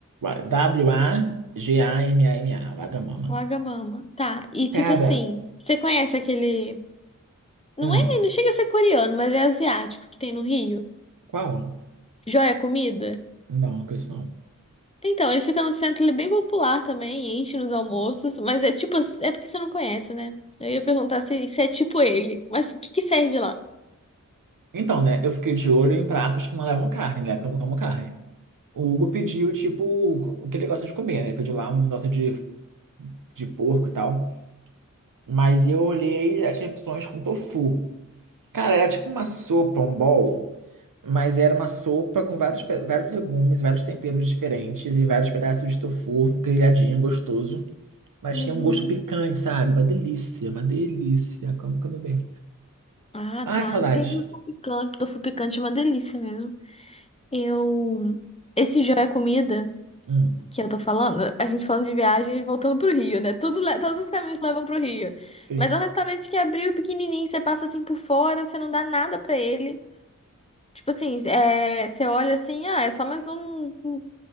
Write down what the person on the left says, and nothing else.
Wagamama. Tá. E tipo
assim, você conhece aquele. Não
é, não chega a ser coreano, mas é asiático que tem no Rio.
Joia Comida.
Então, ele fica no centro, ele é bem popular também, enche nos almoços, mas é tipo, é porque você não conhece, né? Eu ia perguntar se, se é tipo ele, mas o que que serve lá?
Uhum.
Ah,
tá.
Tem tofu picante, tofu picante é uma delícia mesmo. Eu. Esse já é comida
que eu tô falando, a gente falando de viagem e voltando pro Rio, né? Tudo, le- todos os caminhos levam pro Rio.
Mas é um restaurante que abriu pequenininho, você passa assim por fora, você não dá nada pra ele. Tipo assim, é, você olha assim, ah, é só mais um